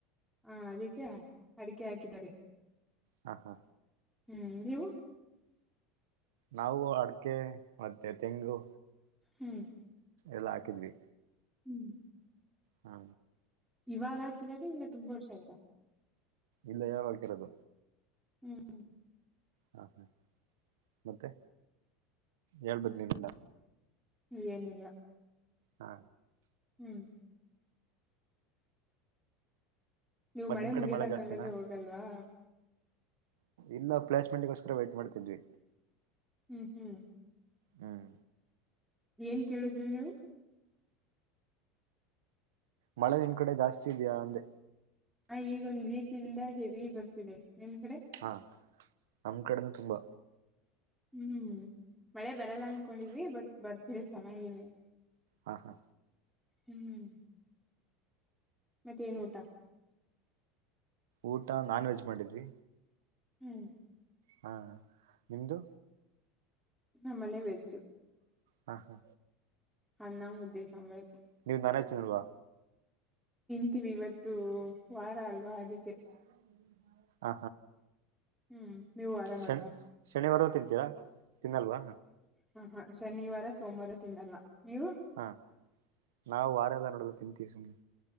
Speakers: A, in the centre; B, on the right.
A: ಹಾ ಅದಕ್ಕೆ ಅಡಿಕೆ ಹಾಕಿದಿದ್ದಾರೆ
B: ಹಾ ಹಾ
A: ಹ್ಮ್ ನೀವು
B: ನಾವು ಅಡಕೆ ಮತ್ತೆ ತೆಂಗು
A: ಹ್ಮ್
B: ಎಲ್ಲ ಹಾಕಿದ್ವಿ
A: ಹ್ಮ್
B: ಹಾ
A: ಇವಾಗ ಹಾಕರದೆ ಇಲ್ಲ ತುಂಬಾ ವರ್ಷ ಆಯ್ತಾ
B: ಇಲ್ಲ ಬಕರದ
A: ಹ್ಮ್
B: ಹಾ ಹಾ ಮತ್ತೆ ಹಳ್ ಬದನಿದೆಲ್ಲ
A: ಏನಿಲ್ಲ
B: ಹಾ
A: ಹ್ಮ್ ನೀವು
B: ಮತ್
A: ಮಳೆ
B: ನಿಮ್
A: ಮುಗಿಯತನಕಂಗಾದ್ರೆ
B: ಕಡೆ ಜಾಸ್ತಿನಾ
A: ಹೋಗಲ್ವಾ
B: ಇಲ್ಲ ಪ್ಲೇಸ್ಮೆಂಟ್ಗೋಸ್ಕರ ವೈಟಟ್ ಮಾಡ್ತಿದ್ವಿ
A: ಹ್ಮ್ ಹ್ಮ್
B: ಹ್ಮ್
A: ಏನ್ ಕೇಳಿದ್ರಿ ನೀವು
B: ಮಳೆ ನಿನ್ ಕಡೆ ಜಾಸ್ತಿ ಇದ್ಯಾ ಅಂದೆ
A: ಹ ಈಗ ಒಂದ್ ವೀಕ್ಂದ ಹೆವಿ ಬರ್ತಿದೆ ನಿಮ್ ಕಡೆ
B: ಹಾ ನಮ ಕಡೆನು ತುಂಬಾ
A: ಹ್ಮ್ ಮಳೆ ಬರಲ್ಲ ಅನ್ಕೊಂಡಿದ್ ಬಟ್ ಬರ್ತೀರಿ ಚೆನ್ನಾಗನಿ
B: ಹಾ ಹಾ
A: ಹ್ಮ್ ಮತ್ತೆ ಏನ್ ಊಟ
B: ಊಟ ನಾನ್ ವೆಜ್ ಮಾಡಿದ್ರಿ
A: ಹ್ಮ್
B: ಹಾ ನಿಮ್ದು
A: ನ ಮನೆ ವೆಜ್ಜು
B: ಹಾ ಹಾ
A: ಅನ್ನಾಮ ಉದ್ದೇಶಭ
B: ನೀವು ನಾನಾಯತನಲ್ವಾ
A: ವಿ ಇವತ್ತು
B: <inaudible>
A: ವಾರ ಅಲ್ವಾ ಅದಕ್ಕೆ ಹ್ಮ್ ನೀವು ವರ ಮಾಡವ
B: ಶನ್ ಶನಿವಾರ ತಿಂತೀರಾ ತಿನ್ನಲ್ವಾ
A: ಹ ಹಾ ಶನಿವಾರ ಸೋಮವಾರ ತಿನ್ನಲ್ಲ ನೀವು
B: ಹಾ ನಾವು ವಾರೆಲ್ಲ ನೋಡಲ್ಲ ತಿಂತೀವಿ ಸುಮಮ್ಮನೆ